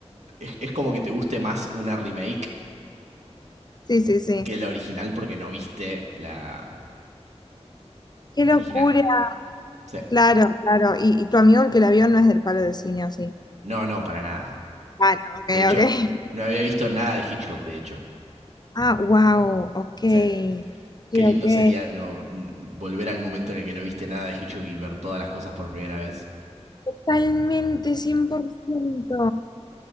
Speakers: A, on the right; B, on the left.
A: es, es como que te guste más una remake
B: Sí, sí, sí.
A: que la original porque no viste la,
B: Qué
A: la
B: locura.
A: original. Sí.
B: Claro, claro. Y, y tu amigo el que la vio no es del palo de cine, ¿o sí?
A: No, no, para nada.
B: Claro, ok,
A: De hecho,
B: ok.
A: no
B: <laughs>
A: había visto nada de Hitchcock, de hecho.
B: Ah, wow, ok.
A: Sí.
B: Sí,
A: Qué lindo
B: ok.
A: sería no volver al momento en el que no viste nada de Hitchcock y ver todas las cosas por primera vez.
B: Totalmente, 100%.